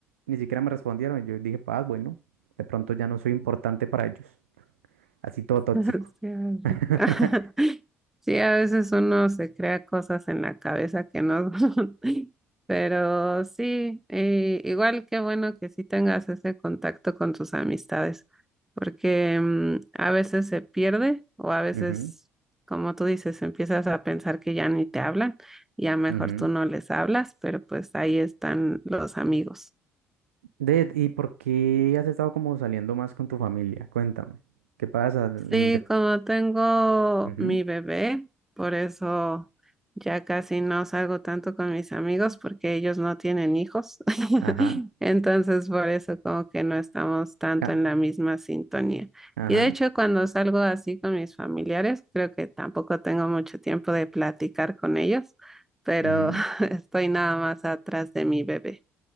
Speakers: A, on the right (about 75°); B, in the centre.
A: ni siquiera me respondieron. Yo dije, ah, bueno, de pronto ya no soy importante para ellos. Así todo tóxico.
B: <laughs> Sí,
A: <laughs>
B: <laughs> Sí, a veces uno se crea cosas en la cabeza que no son, <laughs> pero sí, eh, igual qué bueno que sí tengas ese contacto con tus amistades, porque mm, a veces se pierde o a veces,
A: Ujú, ujú,
B: como tú dices, empiezas a pensar que ya ni te hablan, ya mejor
A: ujú.
B: tú no les hablas, pero pues ahí están los amigos.
A: De, ¿y por qué has estado como saliendo más con tu familia? Cuéntame. ¿Qué pasa? De-
B: Sí, como tengo
A: ujú,
B: mi bebé, por eso ya casi no salgo tanto con mis amigos porque ellos no tienen hijos. <laughs>
A: Ajá.
B: Entonces, por eso como que no estamos tanto
A: ca-
B: en la misma sintonía.
A: Ajá.
B: Y de hecho, cuando salgo así con mis familiares, creo que tampoco tengo mucho tiempo de platicar con ellos, pero
A: ujú,
B: <laughs> estoy nada más atrás de mi bebé.